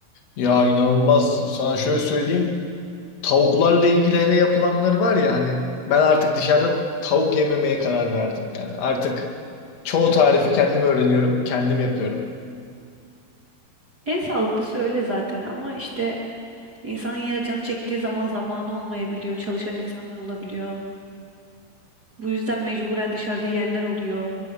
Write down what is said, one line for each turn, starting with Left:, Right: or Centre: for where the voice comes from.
Left: Ya inanılmaz. Sana şöyle söyleyeyim. Tavuklarla ilgili hele yapılanları var ya hani ben artık dışarıda tavuk yememeye karar verdim. Yani artık çoğu tarifi kendim öğreniyorum, kendim yapıyorum.
Right: En sağlıklısı öyle zaten ama işte insanın yine canı çektiği zaman zamanı olmayabiliyor. Çalışan insanlar olabiliyor. Bu yüzden mecburen dışarıda yiyenler oluyor.